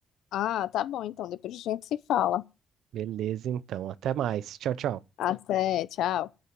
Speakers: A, on the left; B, on the right.
A: Ah, tá bom, então depois a gente se fala.
B: Beleza, então. Até mais. Tchau, tchau.
A: Até, tchau.